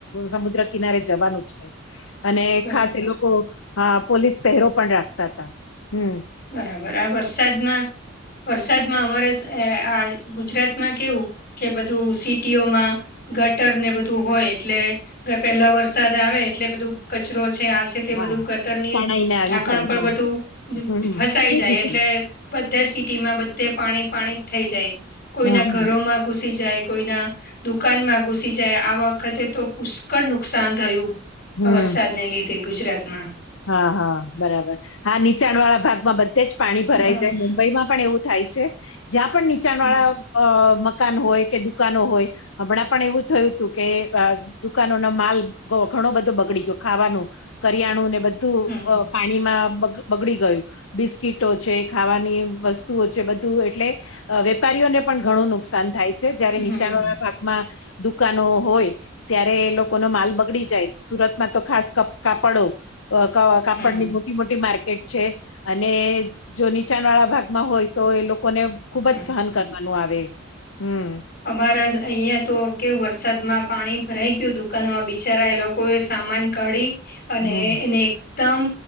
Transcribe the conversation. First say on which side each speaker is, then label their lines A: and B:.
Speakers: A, on the left (about 75°); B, on the left (about 50°).
A: સમુદ્ર કિનારે જવાનું જ નહી અને
B: બરાબર
A: ખાસ એ લોકો હા પોલીસ પહેરો પણ રાખતા હતા હમ્મ.
B: બરાબર આ વરસાદમાં વરસાદમાં અમારે આ ગુજરાતમાં કેવું કે બધું સિટીઓમાં ગટર ને બધું હોય એટલે પેલા વરસાદ આવે એટલે બધું કચરો છે આ છે તે
A: હા
B: બધું ગટર ની
A: તણાઈને
B: ઢાંકણ
A: આવી જાય
B: પર
A: હા
B: બધું
A: હમ
B: ફસાઈ
A: હમ
B: જાય એટલે બધા સિટીમાં બધે પાણી પાણી થઈ જાય કોઈના
A: હમ
B: ઘરોમાં ઘુસી જાય કોઈના દુકાનમાં ઘુસી જાય આ વખતે તો પુષ્કળ નુકસાન થયું
A: હમ
B: આ વરસાદને લીધે ગુજરાત માં
A: હા હા બરાબર હા નીચાણ વાળા ભાગમાં બધે જ પાણી ભરાઈ
B: હમ
A: જાયને બયમાં પણ એવું થાય છે જ્યાં પણ નીચાણ
B: બરા-
A: વાળા અ મકાન હોય કે દુકાનો હોય હમણાં પણ એવું થયું હતું કે અ દુકાનો નો માલ ઘણો બધો બગડી ગયો ખાવાનું કરિયાણું ને બધું
B: હમ
A: પાણીમાં બગડી ગયું બિસ્કીટો છે ખાવાની વસ્તુઓ છે બધું એટલે વેપારીઓને પણ ઘણું નુક સાન થાય છે જ્યારે
B: હમ
A: નીચાણ વાળા ભાગમાં દુકાનો હોય ત્યારે એ લોકોનો માલ બગડી જાય સુરતમાં તો ખાસ કાપડો કાપડની
B: હમ
A: મોટી મોટી માર્કેટ છે અને જો નીચાણ વાળા ભાગમાં હોય તો એ લોકોને ખુબ
B: હમ
A: જ સહન કરવાનુ છે. નું આવે હમ્મ.
B: અમારા અહિયાં તો કે વરસાદમાં પાણી ભરાઈ ગયું દુકાનોમાં બિચારા લો કોએ સામાન કાઢી અને
A: હમ્મ,
B: એને એકદમ